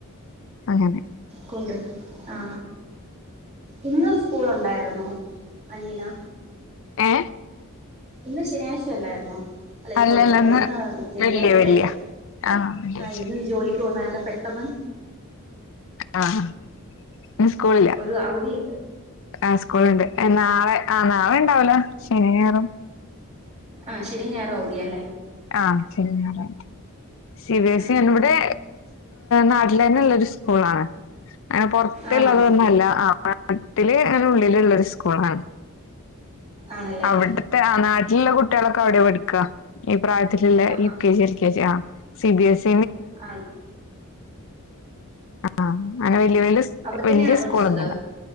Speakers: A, on the left; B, on the right.
A: അങ്ങനെ
B: കൊണ്ട് ആ ഇന്ന് സ്കൂൾ ഉണ്ടായിരുന്നു അനിയന്
A: ഏ
B: ഇന്ന് ശനിയാഴ്ച അല്ലായിരുന്നോ അല്ലെ
A: അല്ലല്ലെന്ന്
B: സോറി ഇന്ന് വെള്ളിയാഴ്ചയല്ലേ
A: വലിയ വലിയ ആ വെള്ളിയാഴ്ച
B: ആ ഇന്ന് ജോലിക്ക് പോന്ന കാര പെട്ടെന്ന്
A: ആ സ്കൂളില്ല
B: ഒരു അവധിയില്ല
A: ആ സ്കൂളുണ്ട്
B: ആഹ്
A: നാളെ ആ നാളെ ഉണ്ടാവില്ല ശനിയും ഞായറും
B: ആ ശനിയും ഞായറും അവധിയ അല്ലേ
A: ആ ശനിയും ഞായറും അവധി. സി ബിഎസ്
B: ആഹ്
A: ഇ ആണിവിടെ നാട്ടില് തന്നെ ഉള്ളൊരു സ്കൂളാണ് അ പുൊറത്തുള്ളതൊന്നല്ല
B: ആണോ
A: നാട്ടില് അങ്ങനെ ഉള്ളിലുള്ളൊരു സ്കൂളാണ്
B: ആണല്ലേ
A: അവിടുത്തെ ആ നാട്ടിലുള്ള കുട്ടികളൊക്കെ അവിടെയാ പഠിക്കുക ഇപ്പ പ്രായത്തിലുള്ള
B: ആഹാ
A: യുകെജി എൽകെജി ആഹ് സിബിഎസ്
B: ആഹ്
A: ആഹ് അങ്ങനെ വല്യ വല്യ
B: അവിടെ തന്നെയാണോ
A: വല്യ
B: പഠിച്ചത്
A: സ്കൂൾ ഉണ്ടാലോ.